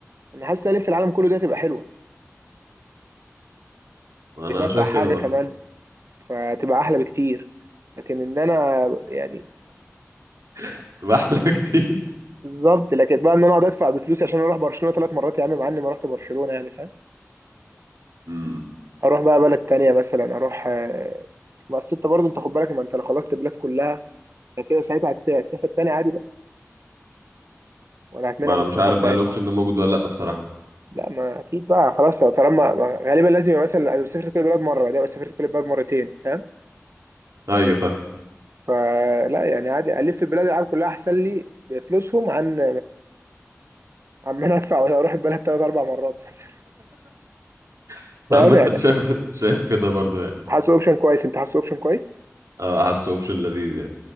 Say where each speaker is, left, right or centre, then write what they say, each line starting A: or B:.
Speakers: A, on the right (about 55°); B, on the right (about 80°).
A: انا حاسس ان الف العالم كله دي هتبقى حلوه
B: أنا
A: ومش بدفع
B: شايف
A: حاجه
B: كده برضه
A: كمان فتبقى احلى بكتير لكن ان انا يعني
B: <laughs> تبقى أحلى كتير
A: بالظبط لكن بقى ان انا اقعد ادفع بفلوس عشان اروح برشلونه ثلاث مرات يا عم مع اني ما رحت برشلونه يعني فاهم
B: امم
A: اروح بقى بلد تانية مثلا اروح آه، بس انت برضه انت خد بالك ما انت لو خلصت البلاد كلها فكده ساعتها هت- هتسافر تاني عادي بقى ولا هتمنع
B: ما أنا
A: من السفر
B: مش عارف
A: ساعتها
B: بقى الأوبشن ده موجود ولا لأ الصراحة
A: لا ما اكيد بقى خلاص طالما ما- غالبا لازم يبقى مثلا أنا سافرت كل البلاد مره بعدين أبقى سافرت كل البلاد مرتين فاهم
B: أيوة فاهم
A: فلا يعني عادي الف بلاد العالم كلها احسن لي بفلوسهم عن عن ما انا ادفع ولا اروح البلد ثلاث اربع مرات مثلا
B: <laughs>
A: فاهم
B: عامة
A: يعني
B: شايف شايف كده برضه يعني
A: حاسس اوبشن كويس انت حاسس اوبشن كويس
B: اه حاسه اوبشن لذيذ يعني